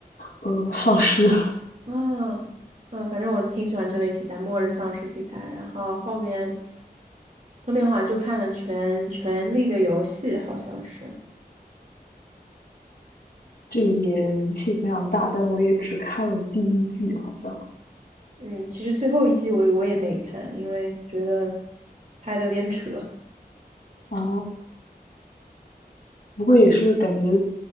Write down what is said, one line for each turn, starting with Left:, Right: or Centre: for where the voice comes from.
Left: 呃，丧尸。
Right: 啊啊，反正我是挺喜欢这类题材，末日丧尸题材。然后后面后面好像就看了全《权力的游戏》，好像是。
Left: 这个也名气非常大，但我也只看了第一季，好像。
Right: 嗯，其实最后一季我我也没看，因为觉得拍的有点扯，
Left: 啊。不过也是感觉